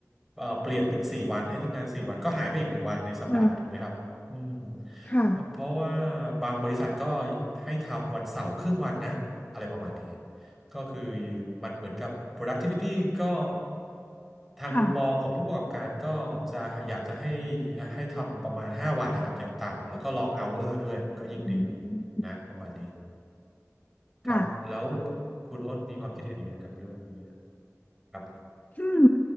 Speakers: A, in the centre; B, on the left (about 30°).
A: เอ่อเปลี่ยนเป็นสี่วันให้ทำงานสี่วันก็หายไปอีกหนึ่งวันในสัปดาห์ถูกไหมครับอืม
B: ค่ะ
A: เพราะเพราะว่าบางบริษัทก็ให้ทำวันเสาร์ครึ่งวันนะอะไรประมาณนี้ ก็คือมันเหมือนกับ productivity ก็ทางมุมมองของผู้ประกอบการก็จะอยากจะให้
B: ค่ะ
A: ให้ทำประมาณ5วันนะครับอย่างต่ำแล้วก็ long hour ด้วยก็ยิ่งดี
B: อืม
A: นะประมาณนี้ครับแล้ว
B: ค่ะ
A: คุณอ้นมีความคิดเห็นยังไงกับเรื่องนี้ครับ
B: อืม